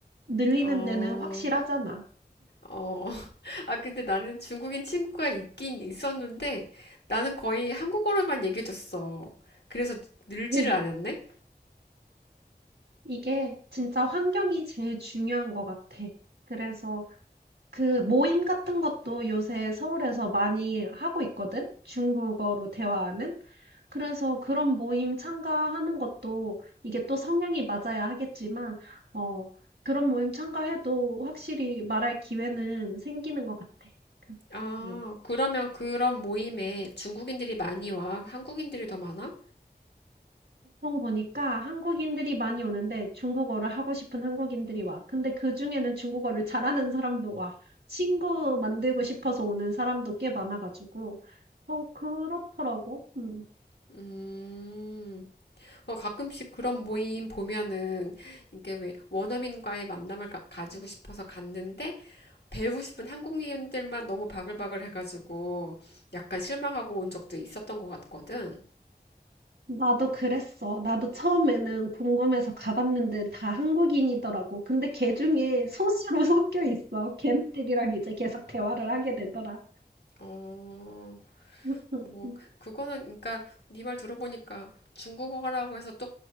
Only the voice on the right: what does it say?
늘리는
데는 확실하잖아.
<laughs>
이게 진짜 환경이 제일 중요한 것 같아. 그래서 그 모임 같은 것도 요새 서울에서 많이 하고 있거든? 중국어로 대화하는? 그래서 그런 모임 참가하는 것도 이게 또 성향이 맞아야 하겠지만, 어, 그런 모임 참가해도 확실히 말할 기회는 생기는 것 같아. 그,
음.
보통 보니까 한국인들이 많이 오는데 중국어를 하고 싶은 한국인들이 와. 근데 그 중에는 중국어를 잘하는 사람도 와. 친구 만들고 싶어서 오는 사람도 꽤 많아가지고. 어, 그렇더라고. 음.
나도 그랬어. 나도 처음에는 궁금해서 가봤는데 다 한국인이더라고. 근데 걔 중에 소수로 <laughs> 섞여 있어. 걔네들이랑 이제 계속 대화를 하게 되더라.
<laughs>